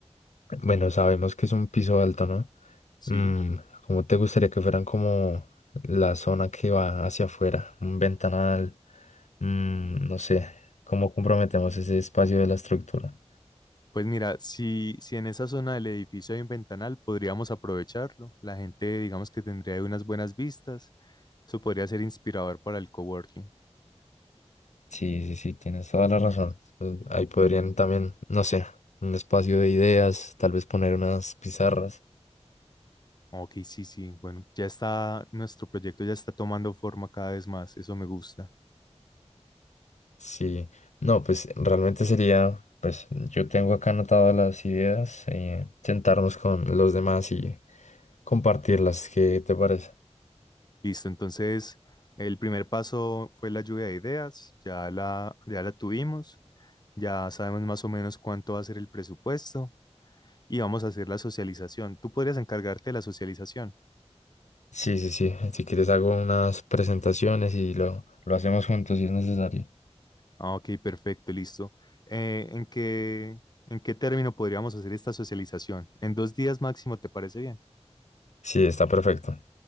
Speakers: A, on the left; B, on the left.
A: bueno, sabemos que es un piso alto, ¿no?
B: Sí.
A: Mm, ¿cómo te gustaría que fueran como la zona que va hacia afuera? Un ventanal. Mm, no sé cómo comprometemos ese espacio de la estructura.
B: Pues mira, si, si en esa zona del edificio hay un ventanal, podríamos aprovecharlo. La gente, digamos que tendría unas buenas vistas. Eso podría ser inspirador para el coworking.
A: Sí, sí, sí, tienes toda la razón. Eh, Ahí podrían también, no sé, un espacio de ideas, tal vez poner unas pizarras.
B: Ok, sí, sí. Bueno, ya está, nuestro proyecto ya está tomando forma cada vez más. Eso me gusta.
A: Sí, no, pues realmente sería, pues yo tengo acá anotadas las ideas, eh, sentarnos con los demás y compartirlas. ¿Qué te parece?
B: Listo, entonces el primer paso fue la lluvia de ideas. Ya la, ya la tuvimos. Ya sabemos más o menos cuánto va a ser el presupuesto y vamos a hacer la socialización. ¿Tú podrías encargarte de la socialización?
A: Sí, sí, sí. Si quieres hago unas presentaciones y lo, lo hacemos juntos si es necesario.
B: Ah, ok, perfecto, listo. Eh, ¿en qué, en qué término podríamos hacer esta socialización? En dos días máximo, ¿te parece bien?
A: Sí, está perfecto.